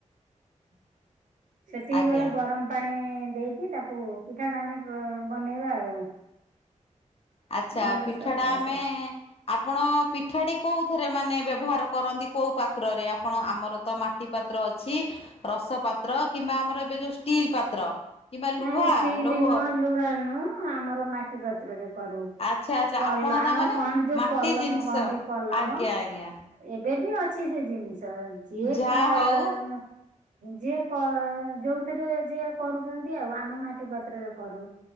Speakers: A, on the right; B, on the left.
A: <inaudible> ସେତିକି
B: ଆଜ୍ଞା
A: ବେଳେ ଗରମ ପାଣି ଦେଇକି ତାକୁ ପିଠା ଟା ଆମେ ବନେଇବା ଆଉ।
B: ଆଛା
A: ଭଲ
B: ପିଠ
A: ସ୍ୱାଦ
B: ଟା
A: ଆସେ।
B: ଆମେ ଆପଣ ପିଠାଟି କେଉଁଥିରେ ମାନେ ବ୍ୟବହାର କରନ୍ତି କୋଉ ପାତ୍ରରେ ଆପଣ? ଆମର ତ ମାଟି ମାଟି ପାତ୍ର ଅଛି ରସ ପାତ୍ର କିମ୍ବା ଆମର ଏବେ ଯୋଉ ଷ୍ଟିଲ ପାତ୍ର କିମ୍ବା
A: ନାଇଁ
B: ଲୁହା
A: ଷ୍ଟିଲ
B: ଲୌହ
A: ନୁହଁ ଲୁହା ନୁହଁ ଆମର ମାଟି ପାତ୍ରରେ କରୁ।
B: ଆଚ୍ଛା ଆଚ୍ଛା
A: ପଲ
B: ଆପଣ
A: ଆମର
B: ତା ମାନେ
A: କହନ୍ତି ଯୋଉ
B: ମାଟି
A: ପଲମ
B: ଜିନିଷ
A: କହନ୍ତି ପଲମ
B: ଆଜ୍ଞା ଆଜ୍ଞା
A: ଏବେ ବି ଅଛି ସେ ଜିନିଷ ଯିଏ
B: ଯାହା
A: କାର
B: ହଉ
A: ମ ଯିଏ ଯୋଉଥିରେ ଯିଏ କରୁଛନ୍ତି ଆଉ ଆମେ ମାଟି ପାତ୍ରରେ କରୁ।